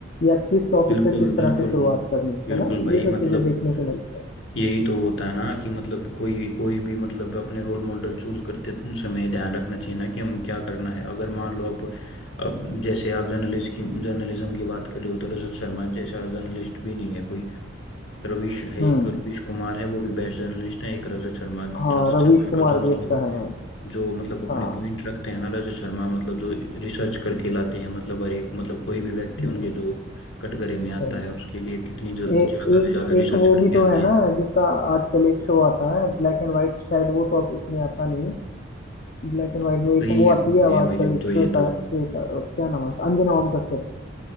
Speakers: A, on the left; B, on the left.
A: या किस टॉपिक
B: बिल्कुल
A: पे किस
B: बिल्कुल
A: तरह से शुरुआत करनी
B: बिल्कुल
A: है ना
B: भाई
A: ये सब
B: मतलब
A: चीजें देखने को मिलती है
B: यही तो होता है ना कि मतलब कोई कोई भी मतलब अपने रोल मॉडल चूज करते समय ध्यान रखना चाहिए ना कि हमें क्या करना है अगर मान लो आप अब जैसे आप जर्नलिस्ट की जर्नलिज्म की बात कर रहे हो तो रजत शर्मा जैसा जर्नलिस्ट भी नहीं है कोई रविश है
A: हम्म
B: एक रविश कुमार है वो भी बेस्ट जर्नलिस्ट है एक रजत शर्मा
A: हाँ
B: रजत
A: रवीश
B: शर्मा
A: कुमार
B: का जो मतलब
A: भी अच्छा है भाई
B: जो मतलब अपने
A: हाँ
B: पॉइंट रखते हैं ना रजत शर्मा मतलब जो रिसर्च करके लाते हैं मतलब हर एक मतलब कोई भी व्यक्ति
A: हम्म,
B: उनके जो कटघरे में आता
A: सही।
B: है उसके लिए कितनी ज-
A: ए,
B: ज्यादा
A: एक
B: से ज्यादा रिसर्च
A: एक वो
B: करके
A: भी तो
B: आते
A: है
B: हैं
A: ना जिसका आजकल एक शो आता है ब्लैक एंड वाइट शायद वो तो अब उसमें आता नहीं ब्लैक एंड वाइट
B: भाई
A: में एक वो आती है अब
B: ये
A: आजकल
B: भाई अब
A: एक
B: तो
A: श्वेता
B: ये तो
A: श्वेता क्या नाम है उसका? अंजना ओम कश्यप